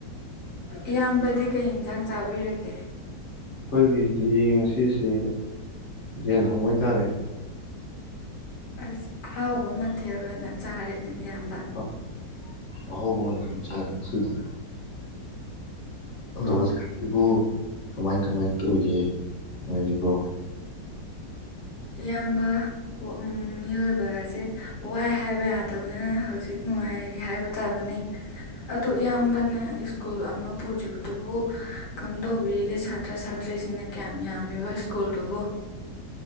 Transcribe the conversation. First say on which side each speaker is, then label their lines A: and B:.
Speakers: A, on the left; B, on the left.
A: ꯏꯌꯥꯝꯕꯗꯤ ꯀꯩ ꯑꯦꯟꯖꯥꯡ ꯆꯥꯕꯤꯔꯒꯦ
B: ꯑꯈꯣꯏꯒꯤꯗꯤ ꯉꯁꯤꯁꯦ ꯌ‌ꯦꯟ ꯊꯣꯡꯕ ꯑꯣꯏꯅ ꯆꯥꯔ‌ꯦ
A: ꯑꯁ ꯑꯍꯥꯎꯕ ꯃꯊꯦꯜ ꯑꯣꯏꯅ ꯆꯥꯔꯦꯅ ꯏꯌꯥꯝꯕ
B: ꯑꯥ ꯑꯍꯥꯎꯕ ꯉꯥꯛꯇ ꯑꯣꯏꯅ ꯆꯥꯔ‌ꯦ ꯉꯁꯤꯗꯤ
A: ꯑꯣ
B: ꯑꯗꯣ ꯍꯧꯖꯤꯛꯀꯥꯟꯁꯤꯕꯨ ꯀꯃꯥꯏ-ꯀꯃꯥꯏ ꯇꯧꯔꯤꯒꯦ ꯅꯨꯡꯉꯥꯏꯔꯤꯕ꯭ꯔꯣ
A: ꯏꯌꯥꯝꯕ ꯎꯝ ꯃꯤꯑꯣꯏꯕ ꯍꯥꯏꯖ‌ꯦ ꯋꯥꯏ ꯍꯥꯏꯕ ꯌꯥꯗꯕꯅꯤꯅ ꯍꯧꯖꯤꯛ ꯅꯨꯡꯉꯥꯏꯔꯤ ꯍꯥꯏꯕ ꯇꯥꯕꯅꯤ ꯑꯗ‌ꯣ ꯏꯌꯥꯝꯕꯅ ꯁ꯭ꯀꯨꯜ ꯑꯃ ꯄꯨꯔꯤꯕꯗꯨꯕꯨ ꯀꯝꯗꯧꯕꯤꯔꯤꯒꯦ ꯁꯥ ꯁꯥꯇ꯭ꯔ-ꯁꯥꯇ‍꯭ꯔꯤꯁꯤꯡꯅ ꯀꯌꯥꯝ ꯌꯥꯝꯂꯤꯕ ꯁ꯭ꯀꯨꯜꯗꯨꯕꯨ